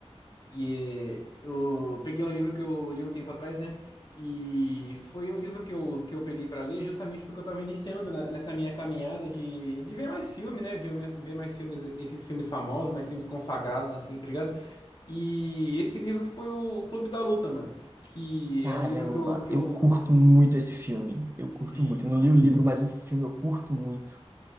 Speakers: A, on the left; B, on the right.
A: e eh, eu peguei um livro que eu li um tempo atrás, né? E foi um livro que eu, que eu peguei pra ler justamente porque eu tava iniciando na- nessa minha caminhada de, de ver mais filme, né? Ver, me- ver mais filmes, esses filmes famosos, mais filmes consagrados, assim, tá ligado? E esse livro foi o Clube da Luta, mano. Que
B: Caramba,
A: é um livro que eu, que
B: eu
A: eu,
B: curto muito esse filme. Eu curto
A: Sim.
B: muito. Eu não li o livro, mas o filme eu curto muito.